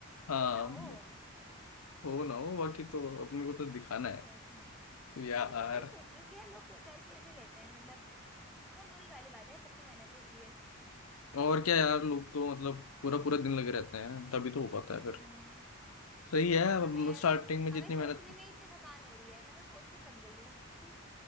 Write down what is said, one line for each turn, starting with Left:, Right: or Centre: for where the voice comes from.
Left: हाँ
Centre: हो ना हो
Left: मत-
Centre: <laughs>
Left: हो ना हो बाकी तो अपने को तो दिखाना है
Centre: सच में
Left: यार
Centre: पर मैं वही सोचती हूँ कि यार लोग कर कैसे लेते हैं मतलब पर वही वाली बात है सबकी मेहनत होती है
Left: और क्या यार लोग तो मतलब पूरा पूरा दिन लगे रहते हैं तभी तो हो पाता है फिर
Centre: हम्म
Left: सही है
Centre: और हमें
Left: स्टार्टिंग में जितनी
Centre: हमें सोचने
Left: मेहनत
Centre: में ही इतनी थकान हो रही है मैं तो सोच के थक गई हूँ <laughs>